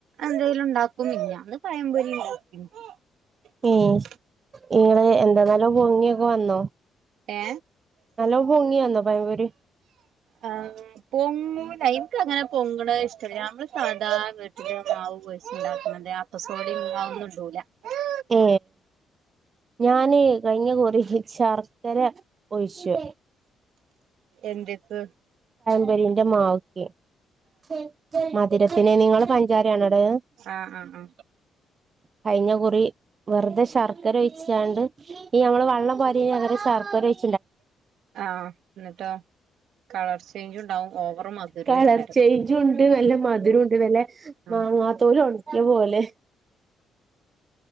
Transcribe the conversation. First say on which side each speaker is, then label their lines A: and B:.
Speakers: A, on the right (about 75°); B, on the right (about 40°).
A: എന്തെങ്കിലും ഉണ്ടാക്കും മിനിഞ്ഞാന്ന് പഴംപൊരി <unintelligible>
B: ഏ നിങ്ങള് എന്താെന്നാലോ പൊങ്ങിയൊക്കെ വന്നോ?
A: ഏ
B: നല്ലോ പൊങ്ങി വന്നോ പഴംപൊരി
A: ആ പൊങ്ങൂല എനിക്ക് അങ്ങനെ പൊങ്ങണ് ഇഷ്ടല്ല നമ്മള് സാധാ വീട്ടിലെ മാവ് കുഴ ഉണ്ടാക്കുന്നതേ അപ്പസോഡേം <unintelligible>
B: ഏ ഞാനേ കഴിഞ്ഞ കോറി ശർക്കര ഒഴിച്ചു
A: എന്ത് <unintelligible>
B: <unintelligible> മാവ് <unintelligible> മ <unintelligible> നിങ്ങൾ പഞ്ചായ <unintelligible>
A: ആഹ് ആഹ്
B: കഴിഞ്ഞ കുറി വെറുതെ ശർക്കര ഒഴിച്ചാണ്ട് ഈ ഞമ്മള് വള്ളം <unintelligible>
A: ആ എന്നിട്ടോ കളർ ചേഞ്ച് ഉണ്ടാവും ഓവർ മധുരേക്കാരം
B: കളർ ചേഞ്ച്‌ ഉണ്ട്. നല്ല മധുരം ഉണ്ട് വല്ലെ
A: ആഹ്
B: മാങ്ങാതോല് ഇത്പോലെ